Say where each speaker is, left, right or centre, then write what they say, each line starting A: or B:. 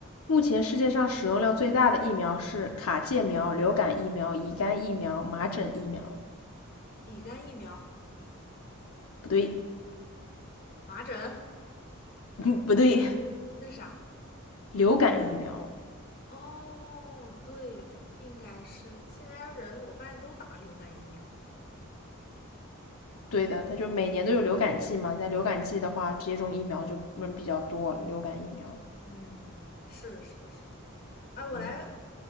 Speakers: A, on the left (about 80°); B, on the left (about 45°).
A: 目前世界上使用量最大的疫苗是卡介苗、流感疫苗、乙肝疫苗、麻疹疫苗？
B: 乙肝疫苗、
A: 不对，
B: 麻疹，
A: <laughs> 嗯，不对，
B: 那啥。
A: 流感疫苗。
B: 哦，对，我应该是现在人我发现都打流感疫苗。
A: 对的，它就每年都有流感季嘛，在流感季的话，接种疫苗就人比较多，流感疫苗。
B: 嗯，是的，是的，是的。哎，我来
A: 嗯，